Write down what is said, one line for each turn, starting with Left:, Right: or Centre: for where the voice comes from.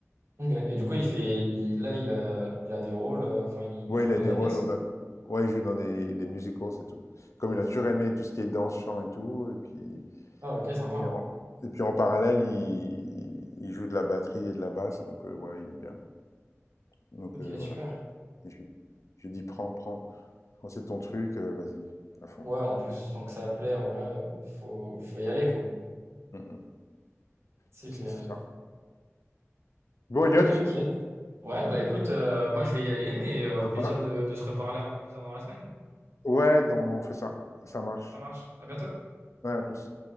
Right: Ok. Et du coup, il fait, il, là, il a, il a des rôles. euh, Enfin, il,
Left: Ouais,
Right: il joue
Left: il
Right: dans
Left: a des
Right: des
Left: rôles,
Right: pièces.
Left: en- ouais, il joue dans des, des musicals, c'est tout. Comme il a toujours aimé tout ce qui est danse, chant et tout. Et puis,
Right: Ah, ok, sympa.
Left: puis en, et puis en parallèle, il, il joue de la batterie et de la basse, donc euh, ouais, il aime bien. Donc
Right: Ok,
Left: euh, voilà.
Right: super.
Left: Et je, je dis, prends, prends, prends, c'est ton truc, euh, vas-y, à fond.
Right: Ouais, en plus, tant que ça plaît, en vrai, euh, faut, faut y aller, quoi.
Left: Mmh mh.
Right: C'est
Left: C'est
Right: clair.
Left: ça, c'est ça. Bon Elliot,
Right: Ok, ok. Ouais, bah écoute, euh, moi, je vais y aller, mais euh, au
Left: sympa.
Right: plaisir de, de se reparler un peu plus tard dans la semaine.
Left: Ouais, non, on fait ça. Ça marche.
Right: Ça marche. À bientôt.
Left: Ouais, à plus.